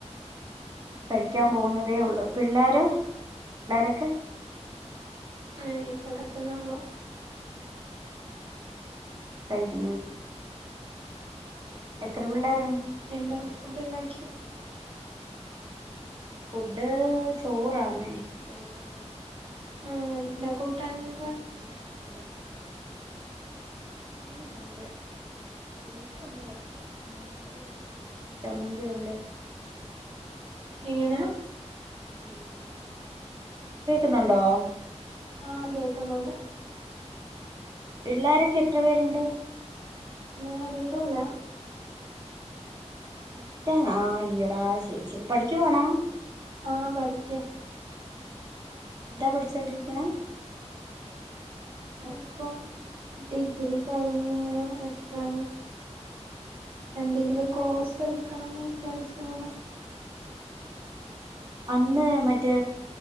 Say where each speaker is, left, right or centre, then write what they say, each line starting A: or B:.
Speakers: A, on the right; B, on the right.
A: കഴിക്കാൻ പോകുന്നതേ ഉള്ളു പിള്ളോരോ പിള്ളാരൊക്കെ
B: ഏ ഇപ്പൊ കേക്കുന്നാണ്ടൊ
A: കഴിക്ക എത്ര പിള്ളേർ
B: എന്താ ഫുഡ് ഉണ്ടാക്കി
A: ഫുഡ് ചോറാന്നേ ചോറുണ്ട്
B: ആ എന്താ കൂട്ടാനുള്ളെ
A: നെയ് ബീഫുണ്ട് മീൻ ഉണ്ട് ബീഫുണ്ട് കുറച്ച് മീൻകറിയുണ്ട് മീൻ ചമ്മന്തി ഉണ്ട് <unintelligible>
B: എങ്ങനാ
A: പിന്നെ കേക്കുന്നുണ്ടോ
B: ആഹ കേക്കുന്നുണ്ട്
A: പിള്ളോരൊക്കെ എത്ര പേരുണ്ട്
B: മാരീഡല്ല
A: ഒറ്റാണ് ആ ഈടാ ശരി ശരി പഠിക്കുവാണോ
B: ആഹ പഠിക്കേ
A: എന്താ പഠിച്ചോണ്ടിരിക്ക്‌ണെ
B: ഞാനിപ്പോ ഡിഗ്രി കഴിഞ് ഇങ്ങനെ നക്കാണ് എന്തെങ്കിലും കോഴ്സ് എടുക്കണംന്ന് വിചാരിച്ച ഇങ്ങനെ
A: അന്ന് മറ്റേ